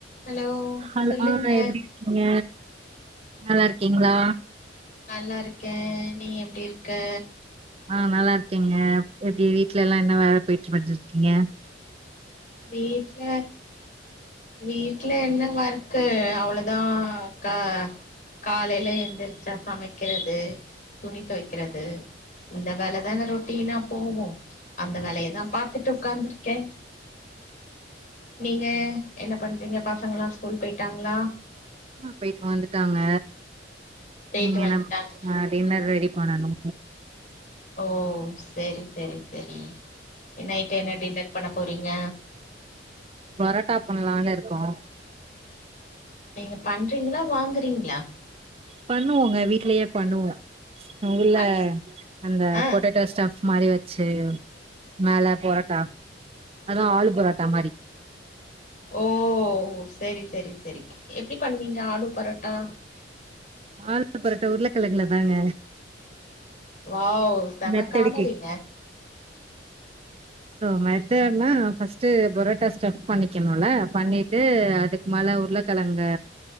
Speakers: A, on the left (about 40°); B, on the right (about 30°).
A: hello
B: hello
A: சொல்லுங்க
B: ஆஹ எப்படி இருக்கீங்க நல்லா இருக்கீங்களா
A: நல்லா இருக்கேன் நீ எப்படி இருக்க
B: ஆஹ நல்லா இருக்கீங்க எப்படி வீடல எல்லாம் என்ன வேலை போயிட்டு பன்னிடுருக்கீங்க
A: வீட்டு்ல வீட்டு்ல என்ன வரு அவ்வளவுதான் கா காலையில எந்திரிச்சா சமைக்கிறது துணி துவக்கிறது இந்த வேலைதான் இந்த ரொட்டினா போகும் அந்த வேலையதான் பாாரத்துட்டு உட்காந்துருக்கேன் நீங்க என்ன பண்றீங்க பசங்களாம் ஸ்கூல் போயிட்டாங்களா
B: ஆஹ போயிட்டு வந்துட்டாங்க
A: போயிட்டு
B: நீங்க
A: வந்ட்டாங்க
B: எல்லாம் டின்னர் ரெடி பனானு
A: ஓ சோரி சோரி சோரி நைட் என்ன டின்னர் பண்ண பே போறீங்க
B: பரட்டா பண்ணலாம்னு இருக்கோம்
A: நீங்க பண்றீங்களா வாங்குறீங்களா
B: பண்ணுவோங்க வீட்லயே பண்ணுவோம் உங்கள்ள
A: பண்ணி
B: அந்த
A: ஆ
B: கெட்டேட்டோ ஸ்டாப் மாரி வச்சு மேல பொரோட்டா அதவு ஆளு பொரோட்டா மாரி
A: ஓ சரி சரி சரி எப்படி பண்ணுவீங்க ஆளு பரோட்டா
B: ஆல புரட்ட உருளைக்கிழங்கல தாங்க
A: வாவ் செமக்காமடிங்க
B: மெத்தடு ஓ மெத்தடுனா ஃபஸ்ட்டு பொரோட்டா ஸ்டப் பண்ணிக்கணும்ல பண்ணிட்டு அதுக்கு மேலே உருளைக்கெழங்கு